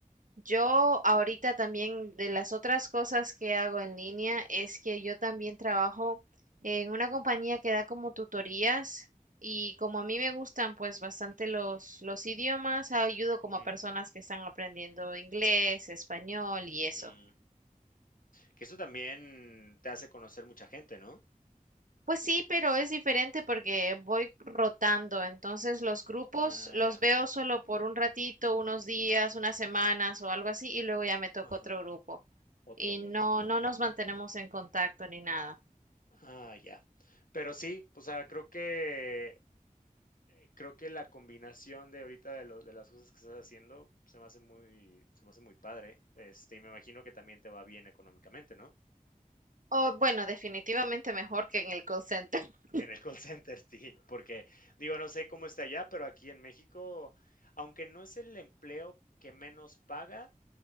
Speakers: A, on the right (about 60°); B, on the left (about 70°).
A: Yo ahorita también de las otras cosas que hago en línea es que yo también trabajo en una compañía que da como tutorías y como a mí me gustan pues bastante los, los idiomas, ayudo como
B: Ujú,
A: a personas que están aprendiendo inglés, español y eso.
B: mm. Que eso también te hace conocer mucha gente, ¿no?
A: Pues sí, pero es diferente porque voy rotando, entonces los grupos
B: Ah,
A: los
B: ya.
A: veo solo por un ratito, unos días, unas semanas o algo así y luego ya me toca
B: Ajá,
A: otro grupo.
B: otro
A: y
B: grupo.
A: no, no nos mantenemos en contacto ni nada.
B: Ah, ya. Pero sí, o sea, creo que eh, creo que la combinación de ahorita de lo de las cosas que estás haciendo se me hace muy se me hace muy padre. Este, y me imagino que también te va bien económicamente, ¿no?
A: O bueno, definitivamente mejor que en el call center. <laughs>
B: En el call center, <laughs> sí, porque digo, no sé cómo está allá, pero aquí en México, aunque no es el empleo que menos paga,